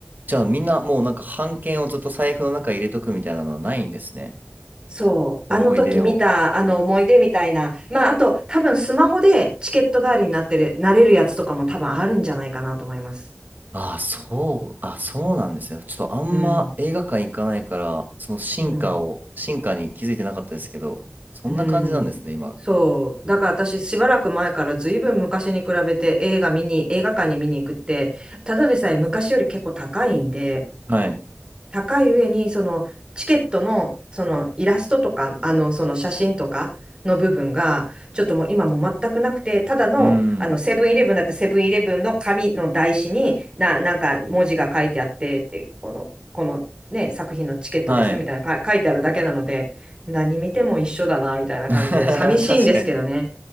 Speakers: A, on the right (about 50°); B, on the right (about 25°).
A: じゃあみんなもうなんか半券をずっと財布の中に入れとくみたいなのはないんですね。
B: そう、
A: 思い出を。
B: あの時見たあの思い出みたいな、まあ、あと多分スマホでチケット代わりになってる、なれるやつとかも多分あるんじゃないかなと思います。
A: ああ、そう、あ、そうなんですね。ちょっとあんま映画館行かないから、
B: うん、
A: その進化を、
B: うん、
A: 進化に気づいてなかったですけど、そんな感じなんですね、
B: うん。
A: 今。
B: そう、だから私しばらく前からずいぶん昔に比べて映画見に、映画館に見に行くって、ただでさえ昔より結構高いんで、
A: はい。
B: 高い上に、そのチケットの、そのイラストとか、あの、その写真とかの部分が、ちょっともう今もう全くなくて、ただの、
A: うー
B: あの、
A: ん。
B: セブンイレブンだったらセブンイレブンの紙の台紙に、な、なんか文字が書いてあって、って、この、このね、作品のチケットですよみたいなか書いてあるだけなので、
A: はい。
B: 何見ても一緒だな、みたいな感じで、
A: <laughs>
B: 寂しいんですけどね。
A: 確かに。